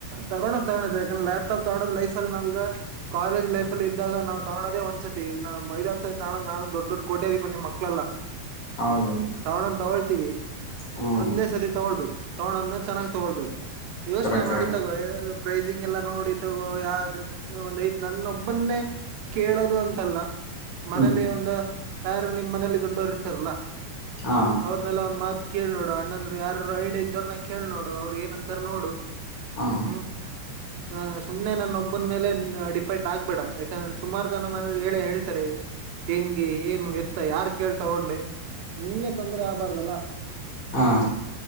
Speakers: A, on the right (about 80°); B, on the left (about 50°).
A: ತಗೋ ತಗೋ ಬೇಕು ಈ ಲ್ಯಾಪ್ಟಾಪ್ ತಗೋದ ಲೈಫ ಅಲ್ಲಿ ನಾವ್ಗ ಕಾಲೇಜ್ ಲೈಫ್ಲ್ಲ ಇದ್ದಾಗ ನಾವು ತಗೋದ ಒಂದ್ಸತಿ ನಾ ಮೈದಾರ್ ಸಹ್ ನಣ ನೇ ದೊಡ್ ದಡ್ ಕೋಟ್ಯಾಧಿಪತಿ ಮಕ್ಕಳಲ್ಲ
B: ಹೌದು
A: ತಾವಣ ತವ ತಿವಿ
B: ಹ್ಞೂ
A: ಒಂದೇ ಸತಿ ತಗೊಳ್ಬೇಕು ತಗಳೋದ್ನೆ ಚೆನ್ನ್ ತಗೊಳ್ಬೇಕು ಯೋಚನೆ
B: ಕರೆಕ್ಟ್
A: ಮಾಡಿ
B: ಕರೆಕ್ಟ್
A: ತಗೋ ಎಲ್ಲ ನೋಡಿ ತಗೋ ಯಾವ ಒಂದ ಐದ್ ನನ್ನೊಬ್ಬನ್ನೇ ಕೇಳೋದು ಅಂತಲ್ಲ ಮನೇಲಿ
B: ಹ್ಞೂ
A: ಒಂದ ಯಾರು ನಿಮ್ಮ್ ಮನೇಲಿ ದೊಡ್ಡವರು ಇರ್ತಾರಲ್ಲಾ
B: ಹಾಂ
A: ಅವ್ರನೆೆಲ್ಲ ಒಂದ್ ಮಾತ್ ಕೇಳ್ ನೋಡು ಅಣ್ಣಂದ್ರು ಯಾರರು ಐಡ ಇದ್ದವ್ರನ ಕೇಳ್ ನೋಡು ಅವ್ರರು ಏನಂತಾರ ನೋಡು
B: ಹಾಂ
A: ಹ್ಮ್ ಹ ಸುಮ್ನೆ ನನ್ನೊಬ್ಬನ್ ಮೇಲೆ ಡಿಪೆಂಡ್ ಆಗ್ಬೇಡ ಯಾಕಂದ್ರೆ ಸುಮಾರು ಜನ ಮನ ಹೇಳೇ ಹೇಳ್ತಾರೆ ಹೆಂಗೆ ಏನು ಎತ್ತ ಯಾರ್ ಕೇಳ್ ತಗೊಂಡೆ ನಿಂಗೆ ತೊಂದ್ರೆ ಆಗ್ಬಾರ್ದಲ್ಲ
B: ಹಾಂ